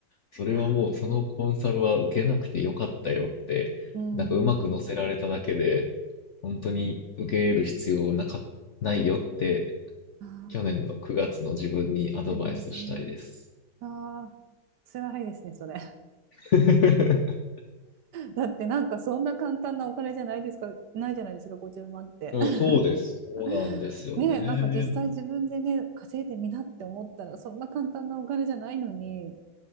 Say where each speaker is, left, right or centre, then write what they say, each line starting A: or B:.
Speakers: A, on the left; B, on the right.
A: それはもうそのコンサルは受けなくてよかったよって、
B: いやー。うんうん
A: なんかうまく乗せられただけで、本当に受け入れる必要なか、ないよって、
B: うん。ああ。
A: 去年の9月の自分にアドバイスしたいです。
B: 自分ね。ああ。辛いですね、それ。<laughs>
A: <laughs>
B: だってなんかそんな簡単なお金じゃないですか、ないじゃないですか、50万って。
A: うん、そうです。そうなんですよね。
B: <laughs> ね、なんか実際自分でね、稼いでみなって思ったら、そんな簡単なお金じゃないのに、い